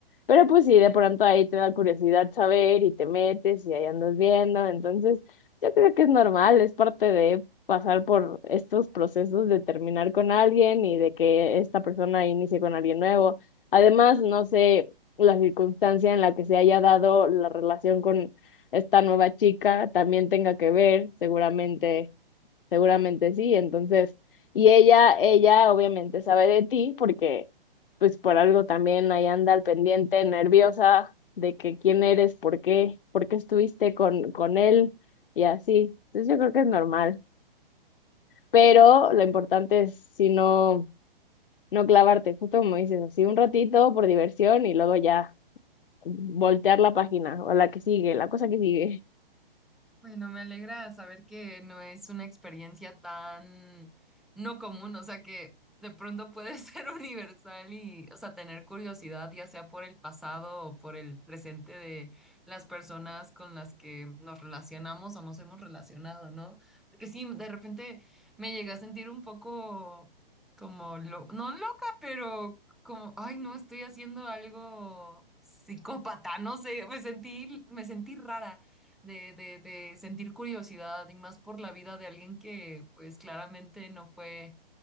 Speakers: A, on the left (about 65°); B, in the centre.
A: Pero pues sí, de pronto ahí te da curiosidad saber y te metes y ahí andas viendo. Entonces, yo creo que es normal, es parte de pasar por estos procesos de terminar con alguien y de que esta persona inicie con alguien nuevo. Además, no sé la circunstancia en la que se haya dado la relación con esta nueva chica también tenga que ver, seguramente. Seguramente sí, entonces, y ella, ella obviamente sabe de ti porque pues por algo también ahí anda al pendiente, nerviosa de que quién eres, por qué, por qué estuviste con, con él y así. Entonces yo creo que es normal, pero lo importante es si no, no clavarte, justo como dices, así un ratito por diversión y luego ya voltear la página o la que sigue, la cosa que sigue.
B: Bueno, me alegra saber que no es una experiencia tan no común, o sea que de pronto puede <laughs> ser universal y, o sea, tener curiosidad, ya sea por el pasado o por el presente de las personas con las que nos relacionamos o nos hemos relacionado, ¿no? Porque sí, de repente me llegué a sentir un poco como, lo, no loca, pero como, ay, no, estoy haciendo algo psicópata, no sé, me sentí, me sentí rara de, de, de sentir curiosidad y más por la vida de alguien que pues claramente no fue,